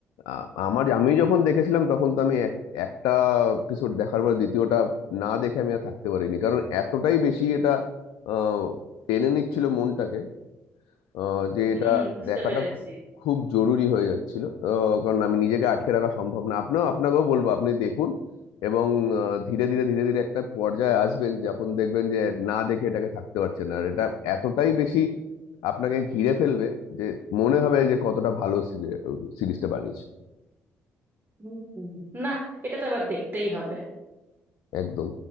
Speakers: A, on the left (about 75°); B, on the right (about 35°).
A: আ- আমার আমি যখন দেখেছিলাম তখন তো আমি এক- একটা এপিসোড দেখার পর দ্বিতীয়টা না দেখে আমি আর থাকতে পারিনি কারণ এতটাই বেশি এটা আহ, টেনে নিচ্ছিল মনটাকে আহ, যে
B: হুম
A: এটা
B: বুঝতে
A: দেখাটা
B: পেরেছি
A: খুব খুব জরুরি হয়ে যাচ্ছিল আহ, কারণ আমি নিজেকে আটকে রাখা সম্ভব না আপনিও আপনাকেও বলবো আপনি দেখুন এবং আহ, ধীরে ধীরে ধীরে ধীরে একটা পর্যায়ে আসবেন যখন দেখবেন যে না দেখে এটাকে থাকতে পারছেন না আর এটা এতটাই বেশি আপনাকে ঘিরে ফেলবে যে মনে হবে যে কতটা ভালো সিরিজটা বানিয়েছে
B: হুম। হুম। না এটা তো এবার দেখতেই হবে
A: একদম